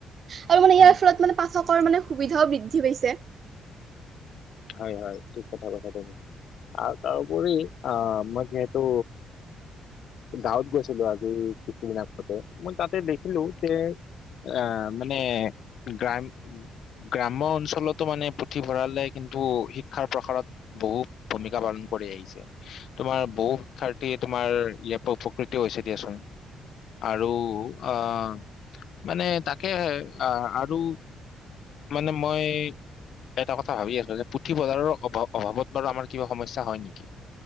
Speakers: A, on the right; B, on the left.
A: আৰু মানে ইয়াৰ
B: উম
A: ফলত মানে পাঠকৰ মানে সুবিধাও বৃদ্ধি পাইছে।
B: হয় হয় ঠিক কথা কথা তুমি। আৰু তাৰপৰি আ মই যিহেতো গাঁৱত গৈছিলো আজি কিছুদিন আগতে মই তাতে দেখিলো যে। আহ মানে গ্ৰাম গ্ৰাম্য অঞ্চলতো মানে পুথিভঁৰালে কিন্তু শিক্ষাৰ প্ৰসাৰত বহু ভূমিকা পালন কৰি আহিছে তোমাৰ বহু শিক্ষাৰ্থী তোমাৰ ইয়াৰ পৰা উপকৃত হৈছে দিয়াচোন আৰু আহ। মানে তাকে আহ আৰু মানে মই এটা কথা ভাবি আছছিলো যে পুথিভৰালৰ অভাৱ অভাৱত বাৰু আমাৰ কিবা সমস্যা হয় নেকি।